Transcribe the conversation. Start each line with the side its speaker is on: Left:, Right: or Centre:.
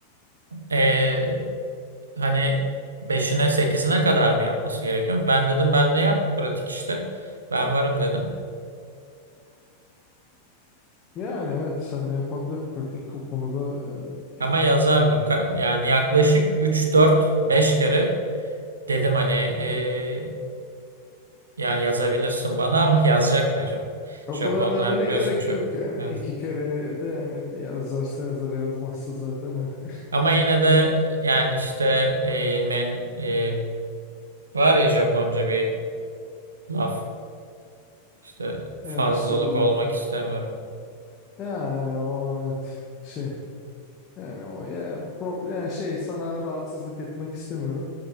Right: eee, hani beşine sekizine kadar mı yapması gerekiyormuş? Ben dedim ben ne yap pratik işte. Ben varım dedim.
Left: Yani evet sen ne yapabilir pratik o konuda e,
Right: Ama
Left: yani.
Right: yazar mı? Ka- Yani yaklaşık 3 4 5 kere dedim hani eee, yani yazabilirsin bana ama <laughs> yazacak mı acaba?
Left: O
Right: Japonlar
Left: kadar demene
Right: biliyorsun
Left: gerek
Right: çok.
Left: yok yani.
Right: Evet.
Left: İki kere de yani de yazarsa yazar yazmazsa zaten eh,
Right: Ama yine de yani işte eee, men eee, var ya Japonca bir laf. İşte
Left: ya
Right: fazlalık
Left: bir sürü laf
Right: olmak
Left: var.
Right: istemiyorum.
Left: Yani o evet şey yani o ya problem yani şey sana rahatsızlık etmek istemiyorum.